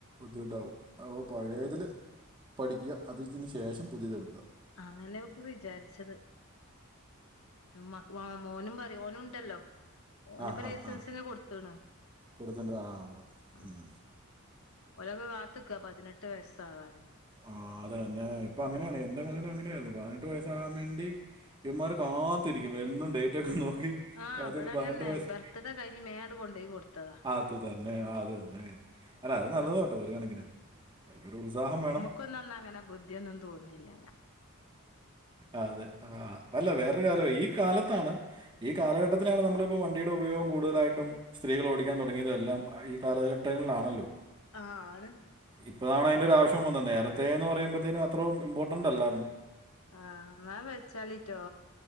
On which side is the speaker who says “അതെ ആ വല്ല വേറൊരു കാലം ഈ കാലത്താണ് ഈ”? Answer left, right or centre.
Right